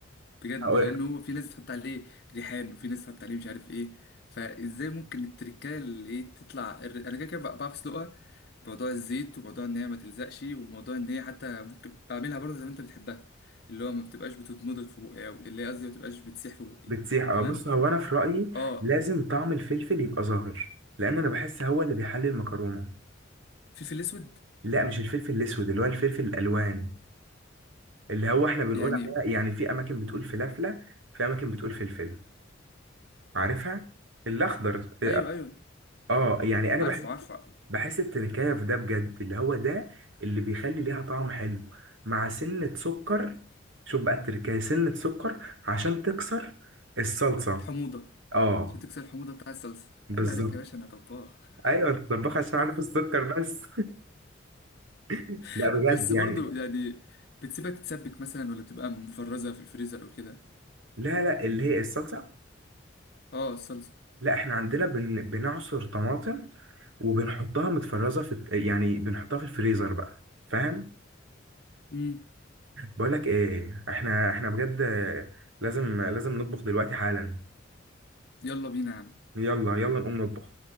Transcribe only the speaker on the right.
هقول-
بتسيح اه
بص هو انا في رايي
لازم طعم الفلفل يبقى ظاهر لان انا بحس هو اللي بيحلي المكرونه
لا مش الفلفل الاسود اللي هو الفلفل الالوان اللي هو احنا بنقول
عليها يعني في اماكن بتقول فلافله في اماكن بتقول فلفل عارفها الاخضر اه
آه،
يعني انا
بحس
بحس التركايه في ده بجد اللي هو ده اللي بيخلي ليها طعم حلو مع سنه سكر شوف بقى التركايه سنه سكر عشان تكسر الصلصه
اه
بالظبط
ايوه الطباخ عشان عارف السكر بس <laughs> لا
بجد
يعني
لا لا اللي هي الصلصه
لا احنا عندنا بن... بنعصر طماطم وبنحطها متفرزه في الت- يعني بنحطها في الفريزر بقى فاهم
بقول لك ايه احنا احنا بجد لازم لازم نطبخ دلوقتي حالا
يلا يلا نقوم نطبخ